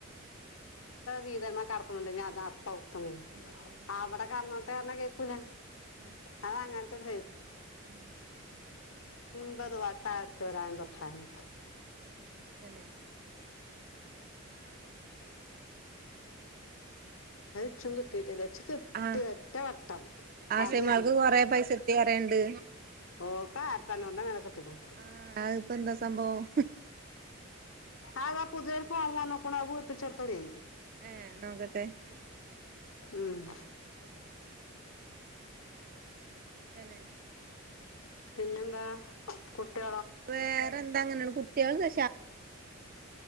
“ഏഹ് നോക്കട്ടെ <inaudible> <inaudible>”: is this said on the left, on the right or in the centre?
Right